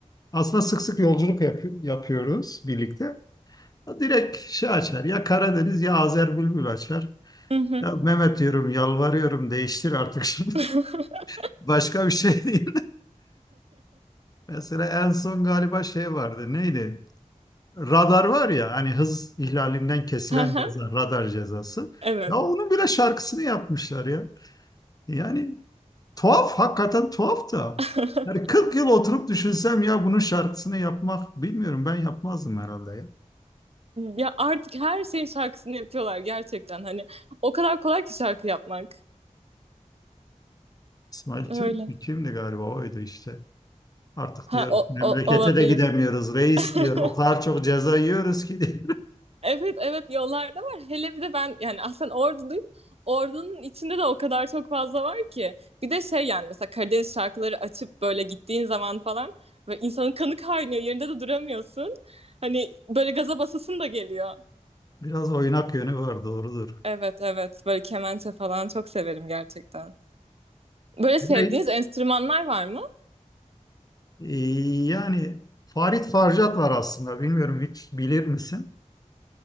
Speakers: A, on the left; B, on the right.
A: aslında sık sık yolculuk yapı- yapıyoruz birlikte. Direkt şey açar. Ya Karadeniz ya Azer Bülbül açar.
B: Hı hı.
A: Ya Mehmet diyorum yalvarıyorum değiştir artık şimdi.
B: <laughs>
A: <laughs> Başka bir şey değil. <laughs> Mesela en son galiba şey vardı. Neydi? Radar var ya hani hız ihlalinden kesilen
B: Hı hı.
A: ceza, radar cezası.
B: Evet.
A: Ya onun bile şarkısını yapmışlar ya. Yani tuhaf, hakikaten tuhaf da.
B: <laughs>
A: Yani 40 yıl oturup düşünsem ya bunun şarkısını yapmak bilmiyorum ben yapmazdım herhalde ya.
B: Ya artık her şeyin şarkısını yapıyorlar gerçekten hani o kadar kolay ki şarkı yapmak.
A: İsmail
B: Öyle.
A: Türk mü? kimdi galiba oydu işte. Artık
B: Ha
A: diyor
B: o,
A: memlekete
B: o- olabilir.
A: de gidemiyoruz reis
B: <laughs>
A: diyor. O kadar çok ceza yiyoruz ki diyor.
B: Evet evet yollarda var. Hele bir de ben yani aslen Orduluyum. Ordunun içinde de o kadar çok fazla var ki. Bir de şey yani mesela Karadeniz şarkıları açıp böyle gittiğin zaman falan ve insanın kanı kaynıyor. Yerinde de duramıyorsun. Hani böyle gaza basasın da geliyor.
A: <laughs> Biraz oynak yönü var doğrudur.
B: Evet evet böyle kemençe falan çok severim gerçekten. Böyle sevdiğiniz
A: Bir de hiç-
B: enstrümanlar var mı?
A: e, yani Farid Farjat var aslında bilmiyorum hiç bilir misin?